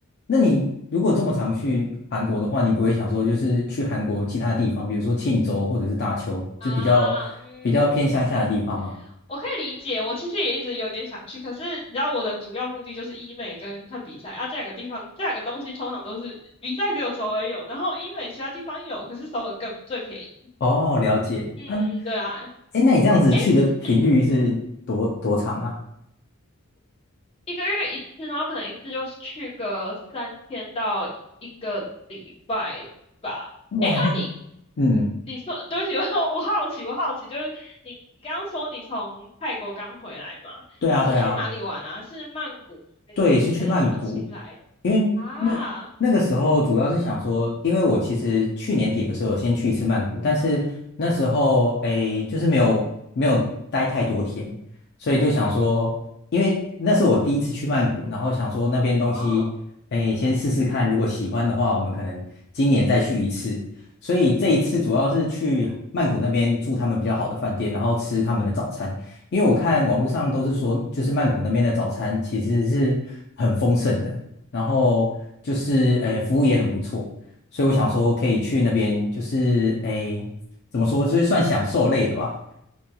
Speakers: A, on the left; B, on the left.
A: 那你如果这么常去韩国的话，你不会想说就是去韩国其他地方，比如说庆州或者是大邱，
B: <laughs> 啊，
A: 就比较比较偏乡下的地方吗？
B: 嗯。我可以理解，我其实也一直有点想去，可是你知道我的主要目的就是医美跟看比赛啊，这两个地方，这两个东西通常都是比赛只有首尔有，然后医美其他地方有，可是首尔更最便宜。
A: 哦，了解。
B: 嗯，
A: 嗯，
B: 对啊，
A: 哎，那你这样子去的频率是多多长啊？
B: 诶，<clears throat> 一个月一次，然后可能一次就是去个三天到一个礼拜吧。
A: 哇，
B: 那、
A: 那
B: 你
A: 嗯，
B: 你说，对不起，<laughs> 我我好奇，我好奇，就是你你刚刚说你从泰国刚回来嘛？
A: 对啊，
B: 你是去哪里玩啊？
A: 对啊。
B: 是曼谷还是什么还是什么清莱？
A: 对，是去曼谷，因为那那个时候主要是想说，
B: 啊，嗯
A: 因为我其实去年底的时候有先去一次曼谷，但是那时候诶，就是没有没有待太多天，所以就想说，
B: 嗯，
A: 因为那是我第一次去曼谷，然后想说那边东西诶，
B: 哦，
A: 先试试看，如果喜欢的话，我们可能今年再去一次。所以这一次主要是去曼谷那边住他们比较好的饭店，
B: 嗯，
A: 然后吃他们的早餐。因为我看网络上都是说，就是曼谷那边的早餐其实是很丰盛的，然后就是诶服务也很不错，所以我想说可以去那边，就是诶怎么说，就是算享受类的吧。